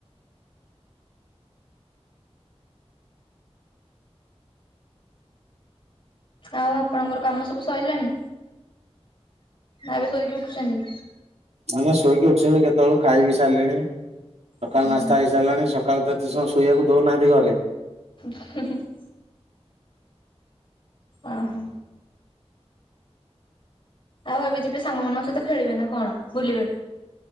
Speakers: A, on the left; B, on the right.
A: ଆଉ ଆପଣଙ୍କର କାମ ସବୁ ସରିଲାଣି ଆବେ ଶୋଇକି ଉଠୁଛନ୍ତି?
B: ନାଇଁ ନା ଶୋଇକି ଉଠିଲିଣି କେତେବେଳୁ ଖାଇ ବିି ସାରିଲେଣି ସକାଳୁ
A: ଓହୋ
B: ନାସ୍ତା ହେଇସାରିଲାଣି ସକାଳ ସକାଳେ ଦେତେ ଶୋଇବାକୁ ଦଉନାହାନ୍ତି ଘରେ
A: <unintelligible> ଓ ହୋ ଆଉ ଏବେ ଯିବେ ସାଙ୍ଗମାନଙ୍କ ସହିତ ଖେଳିବେ ନା କଣ ବୁଲିବେ?